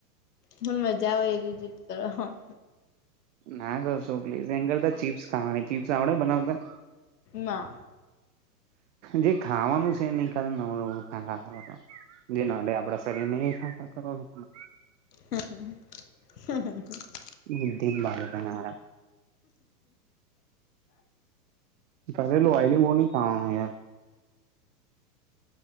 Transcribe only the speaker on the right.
ના કરશો પ્લીસ એન કરતા ચીપ્સ ખાવાની ચીપ્સ આવડે બનાવતા?
જે ખાવાનું છે નહી કા નવુંવું ખા. જેના આપડા શરીર ને <unintelligible>
બૂડી ન બાળ દના. કરે લોવાયલી બો ન કા યાર.